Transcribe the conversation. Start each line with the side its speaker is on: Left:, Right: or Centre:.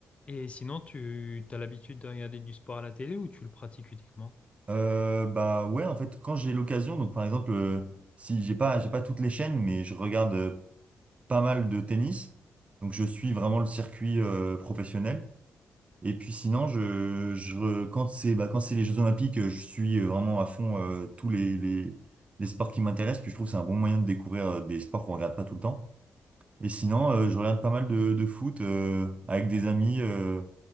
Left: Et sinon, tu as l'habitude de regarder du sport à la télé ou tu le pratiques uniquement?
Right: Euh, bah ouais, en fait, quand j'ai l'occasion, donc par exemple, euh, si j'ai pas, j'ai pas toutes les chaînes, mais je regarde euh, pas mal de tennis, donc je suis vraiment le circuit euh, professionnel. Et puis sinon, je, je re- quand c'est bah, quand c'est les Jeux Olympiques, euh, je suis euh, vraiment à fond euh, tous les, les, les sports qui m'intéressent. Puis je trouve que c'est un bon moyen de découvrir euh, des sports qu'on regarde pas tout le temps. Et sinon, euh, je regarde pas mal de, de foot euh, avec des amis, euh,